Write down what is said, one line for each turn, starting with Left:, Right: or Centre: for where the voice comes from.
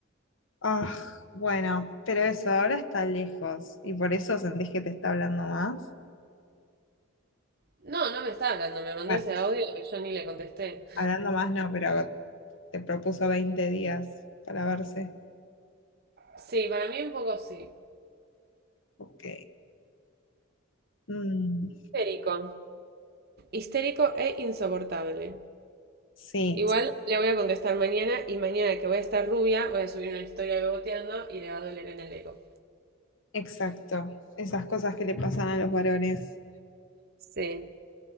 Left: Ah, bueno, pero eso ahora está lejos. ¿Y por eso sentís que te está hablando más?
Right: No, no me está hablando, me mandó
Left: Bueno,
Right: ese audio que yo ni le contesté.
Left: hablando más no, pero Te propuso 20 días para verse.
Right: Sí, para mí un poco sí.
Left: Ok. Mm,
Right: Histérico. Histérico e insoportable.
Left: sí,
Right: Igual le voy a contestar mañana y mañana que voy a estar rubia, voy a subir una historia beboteando y le va a doler en el ego.
Left: exacto. Esas cosas que le pasan a los varones.
Right: Sí,